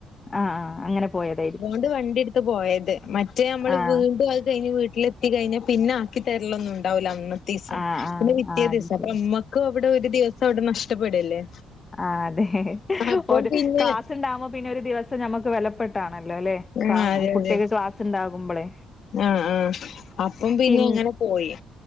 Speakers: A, on the left; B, on the left.
A: ആഹ് അങ്ങനെ പോയതായി
B: ണ്ട് വണ്ടി ഇട്ത്ത് പോയത് മറ്റേ അമ്മള്
A: ആഹ്
B: വീണ്ടും അത് കഴിഞ്ഞ് വി ട്ടിൽ എത്തി കഴിഞ്ഞാ പിന്നെ ആക്കി തരലൊന്ന് ഉണ്ടാവില്ല അന്ന് തീസം
A: ആഹ് ആഹ്
B: പിന്നെ പിറ്റേ
A: ആഹ് അത്
B: ദിവസം
A: ശരി
B: അപ്പൊ നമ്മക്കും അവിടെ ഒരു ദിവസം അവിടെ നഷ്ടപ്പെടല്ലേ
A: ആ അതെ
B: അപ്പം
A: ഒരു
B: പിന്നെ
A: ക്ലാസുണ്ടാവുമ്പോ പിന്നെ ഒരു ദിവസം ഞമ്മക്ക് വിലപ്പെ ആണല്ലോല്ലെ
B: ആ
A: ക്ല
B: അതെ
A: കുട്ടിൾക്ക്
B: അതെ
A: ക്ലാസ് ഉണ്ടാകുമ്പോളേ
B: ആ ആ അപ്പം പിന്നെ
A: പിൻ
B: അങ്ങനെ പോയി